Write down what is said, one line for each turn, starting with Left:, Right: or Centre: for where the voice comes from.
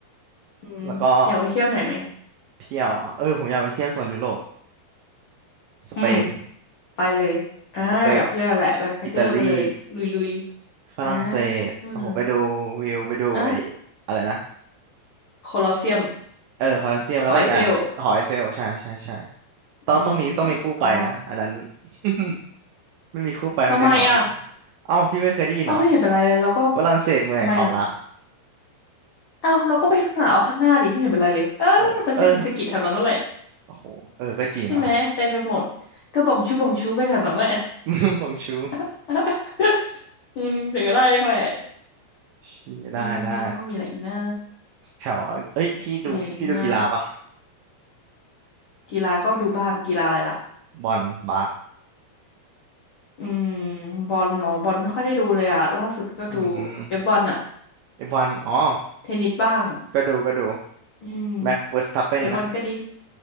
Left: อืมอยากไปเที่ยวไหนไหม
Right: แล้วก็ เที่ยวอ่ะเออผมอยากไปเที่ยวโซนยุโรปสเปน
Left: อืม ไปเลยอ่ากับเพื่อนนั่นแหละแบ็คแพคเกอร์ไปเลยลุยลุย
Right: สเปนอิตาลีฝรั่งเศสโอ้โหไปดูวิวไปดูไอ้
Left: อ่าอืมอ่ะ
Right: อะไรนะ
Left: โคลอสเซียม
Right: เออคอลอสเซียมแล้วก็อีกอันเนี่ยหอไอเฟลใช่ใช่ใช่
Left: หอไอเฟล
Right: ต้องต้องมีต้องมีคู่ไปนะอันนั้น
Left: อืมแล้วก็
Right: <laughs> ไม่มีคู่ไปมันจะเหงาหน่อย
Left: ทำไมอ่ะ
Right: เอ้าพี่ไม่เคยได้ยินเหรอ
Left: เอ้าไม่เห็นเป็นไรเลยเราก็
Right: ฝรั่งเศสเมืองแห่งความรัก
Left: ทำไมอ่ะเอ้าเราก็ไปหาเอาข้างหน้าดิไม่เห็นเป็นไรเลยเออไปสะกิดสะกิดแถวนั้นนั่นแหละ
Right: โอ้ยเออโอ้โหเออก็จริงเนาะ
Left: ใช่ไหมเต็มไปหมดก็บองชูบองชูไปแถวนั้นแหละ
Right: <laughs> บองชู
Left: <laughs> อืมเดี๋ยวก็ได้เองแหละ
Right: ชี้ได้ได้
Left: อืมแล้วก็มีอะไรอีกนะ
Right: แถวเอ้ยพี่ดูพี่ดูกีฬาปะ
Left: มีอะไรอีกนะกีฬาก็ดูบ้างกีฬาอะไรล่ะ
Right: บอลบาส
Left: อืมบอลเหรอบอลไม่ค่อยได้ดูเลยอะล่าสุดก็ดู
Right: อืม
Left: เอฟวันอะ
Right: ไอ้บอลอ๋อ
Left: เทนนิสบ้าง
Right: ก็ดูก็ดู
Left: อืม
Right: แม็กเวอร์สตัปเปนนะ
Left: เดี๋ยวบอลก็ดี